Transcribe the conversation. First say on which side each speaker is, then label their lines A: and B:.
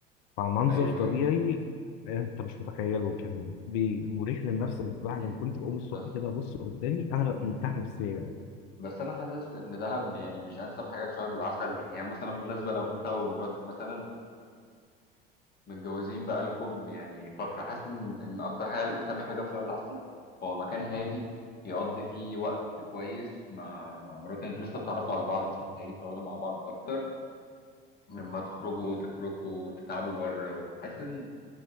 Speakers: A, on the left; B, on the left.
A: فمنظر
B: ايوه
A: طبيعي
B: ايوه
A: انت مش متخيله كان بي- مريح للنفس الواحد
B: امم
A: انا كنت بقوم الصبح
B: بس
A: كده ابص قدامي انا ببقى
B: امم
A: مرتاح نفسيا يعني
B: بس انا حاسس ان دهب يعني مش انسب حاجه لشهر العسل يعني هي مثلا مناسبه لو انت ومراتك مثلا متجوزين بقالكم يعني فتره حاسس ان ان اكتر حاجه الانسان محتاجها في شهر العسل هو مكان هادي يقضي فيه وقت كويس مع مع مراتك انتوا لسه بتتعرفوا على بعض لسه محتاجين تقعدوا مع بعض اكتر لما تخرجوا تفركوا تتعبوا بره وحاسس ان